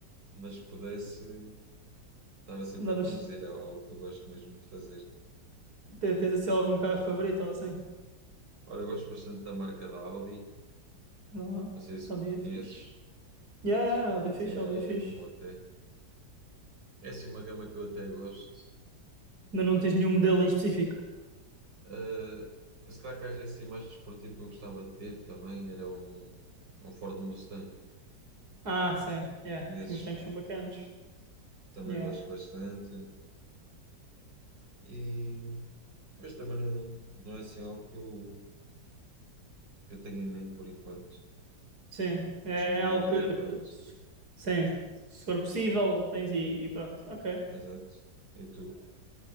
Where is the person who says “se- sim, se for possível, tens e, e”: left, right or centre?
Right